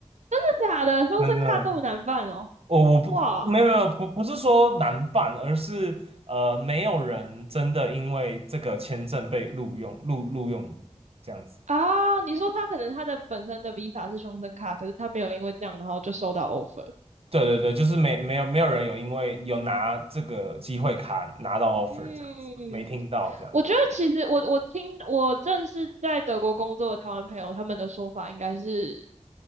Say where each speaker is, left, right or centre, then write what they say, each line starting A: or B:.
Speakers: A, on the right; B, on the right.
A: 真的假的？终身卡这么难办哦？
B: 真的。我我不没有没有不不是说难办，
A: 哇
B: 而是呃没有人真的因为这个签证被录用录录用这样子。
A: 啊！你说他可能他的本身的 Visa 是终身卡，可是他没有因为这样，然后就收到 offer。
B: 对对对，就是没没有没有人有因为有拿这个机会卡拿到 offer
A: 嗯，
B: 这样子，没听到这样。
A: 我觉得其实我我听我认识在德国工作的台湾朋友，他们的说法应该是，